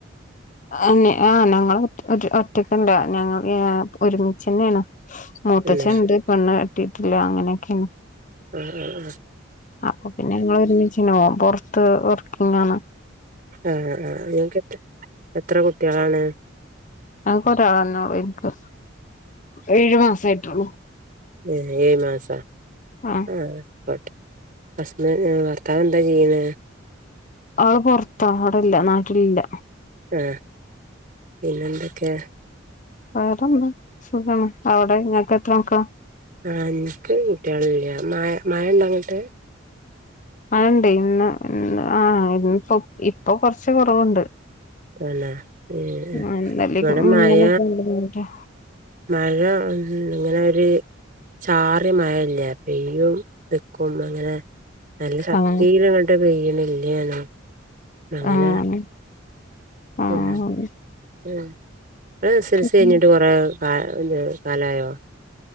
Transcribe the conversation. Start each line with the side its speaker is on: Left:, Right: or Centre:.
Left: ആനെ ആ ഞങ്ങൾ ഒറ്റ് ഒറ്റ ഒറ്റക്കണ്ട ഞങ്ങൾയാ ഒരുമിച്ച്ന്നെെയാണ് മൂത്തച്ഛണ്ട്
Right: പിന്നെ
Left: പെണ്ണ് കട്ടിട്ടില്ല അങ്ങനെയൊക്കെയാണ്
Right: മ് മ് മ്
Left: ആപ്പൊ പിന്നെ ഞങ്ങള് ഒരുമിച്ചന്നൈ ഓൻ പുറത്ത് വർക്കിങ്ങാണ്
Right: ആ ആ നിങ്ങക്ക് എത്ര എത്ര കുട്ട്യളാണ്
Left: ആക ഒരാളെന്നെഒള്ളു ഇൻക് ഏഴ്മാസായിട്ടൊള്ളു
Right: ഏ ഏയ്മാസ
Left: ആഹ്
Right: ആ കൊ ഹസ്ബന് ഭർത്താവ് എന്താചെയ്യുന്നെ
Left: ആള് പൊറത്ത ആടല്ല നാട്ടിലില്ല
Right: ഏ പിന്നെന്തെക്കെ
Left: വേറെന്താ സുഖാണ് അവിടെ ഇങ്ങക്ക് എത്ര മക്കള
Right: ആ ഇൻക്ക് കുട്ട്യാളില്ല മഴ മഴണ്ടങ്ങട്ട്
Left: ആണ്ട് ഇന്ന് ഇന്ന് ആ ഇപ്പൊ ഇപ്പൊ കൊറച്ച് കൊറവ്ണ്ട്
Right: തന്നെ ഏഹ്
Left: ആ ഇന്നെലിം
Right: ഇവിടെ
Left: മിഞ്ഞാന്നൊക്കെ
Right: മഴ
Left: നല്ല മഴന്നെ
Right: മഴ ഉം ഉം ഇങ്ങനെ ഒര് ചാറ്യമഴല്ലേ പെയ്യും നിക്കും അങ്ങനെ നല്ല ശക്തീലങ്ങട്ട്
Left: ആഹ്
Right: പെയ്യ്‌ണ് ഇല്ലേനും ന്ന അങ്ങനെ
Left: ആഹ്
Right: <unintelligible>
Left: ആഹ്
Right: ഇങ്ങള് എസെൽസി
Left: പിന്നെ
Right: അയ്ഞ്ഞിട്ട് കൊറേ ആയോ കാ ഇഞ്ഞെ കാലായോ